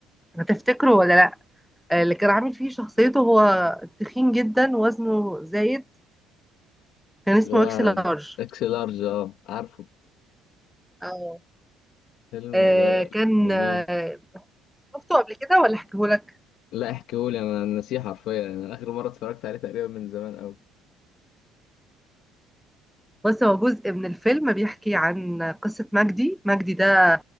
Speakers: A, in the centre; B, on the left.
A: هتفتكره ولا لا آه، اللي كان عامل فيه شخصيته هو تخين جدا وزنه زايد كان اسمه
B: اللي هو
A: اكس لارج
B: اكس لارج اه عارفه
A: اه
B: الفيلم
A: آه،
B: ده
A: كان
B: جميل
A: آه، شفته قبل كده ولا احكيهولك
B: لا احكيهولي انا نسيه حرفيا انا اخر مره اتفرجت عليه تقريبا من زمان قوي
A: بص هو جزء من الفيلم بيحكي عن قصه مجدي مجدي ده